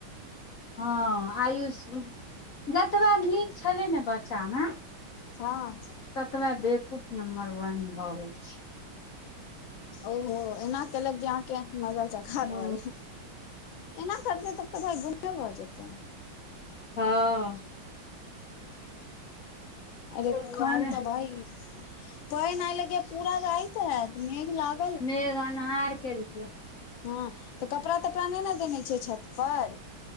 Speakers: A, on the left; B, on the left.
A: हँ आयुष जतबे नीक छलै ने बच्चामे
B: हँ
A: ततबा बेकूफ नम्बर वन भ गेल छै
B: ओहो एना केलक जे अहांके मजा चखा
A: हँ
B: रहल है एना करते तब तऽ भाइ बुमे भऽ जेतै
A: हँ
B: अरे
A: दुआरे
B: खन तऽ भई पैन लगे पूरा राइत है मेघ लाग
A: मेघ अन्हार कैलेके
B: हँ तऽ कपड़ा तपड़ा नहि ने देने छिय छत पर